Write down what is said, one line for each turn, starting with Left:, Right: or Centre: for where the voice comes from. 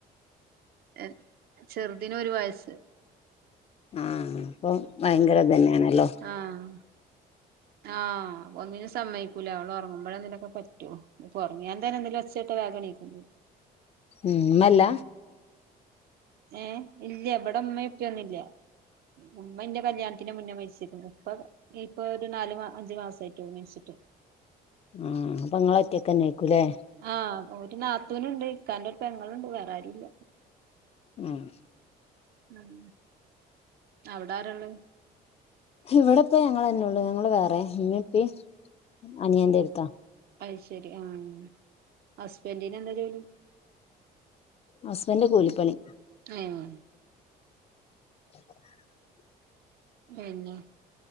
Right: യെ <inaudible> ചെറുതിന് ഒരു വയസ്സ്.
Left: ആ... അപ്പൊ, ഭയങ്കരതന്നെയാണല്ലോ.
Right: ആ... ആ... ഒന്നിനും സമ്മയിക്കൂല. അവള് ഉറങ്ങുമ്പോഴ ഇതിനൊക്കെ പറ്റും. ഒറങ്ങിയാതന്നെന്തെലും ഒച്ചോട്ട വേഗം എണിക്കും.
Left: ഇമ്മല്ല
Right: ഏഹ്, ഇല്ല്യ ഇബെടെ ഇമ്മേം ഇപ്പിയൊന്നുല്ല്യ. ഉമ്മന്റെ കല്യാണത്തിന് മുന്നേ മരിച്ചിക്ക്‌ണ്. ഉപ്പ ഇപ്പൊരു നാല്മാ അഞ്ച് മാസായിട്ടൊള്ളു മരിച്ചിട്ട്.
Left: മ്ഹ്... അപ്പൊങ്ങളൊറ്റക്കന്നെര്ക്കും. ലേ...
Right: ആ... ഒരു നാത്തൂന്ണ്ട്, ഇക്കാന്റെ ഒരു പെങ്ങളുണ്ട്, വേറെ ആരുല്ല.
Left: മ്...
Right: ഉം... ഔടെ ആരള്ളേ
Left: ഇവിടെപ്പ ഞങ്ങളെന്നൊള്ളു ഞങ്ങൾ വേറെ ഇമ്മിപ്പിം അനിയന്റെടുത്താ
Right: അയ്ശേരി മ്ഹ് ഹസ്ബൻഡിന് എന്താ ജോലി.
Left: ഹസ്ബന്റ് കൂലിപ്പണി
Right: ഏഹ്...
Left: <inaudible> <inaudible>
Right: പിന്നെ